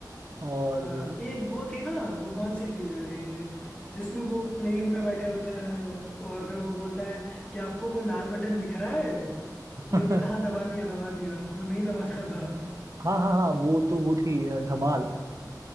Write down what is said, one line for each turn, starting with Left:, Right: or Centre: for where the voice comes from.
Right: और
Left: हाँ एक वो थी ना वो कौन सी थी अरे जिसमें वो प्लेन में बैठे होते हैं और फिर वो बोलता है कि आपको वो लाल बटन दिख रहा है
Right: <laughs>
Left: फिर वो कहता है, हाँ दबा दिया दबा दिया वो नहीं दबाना था
Right: हाँ हाँ हाँ वो तो वो थी अ, धमाल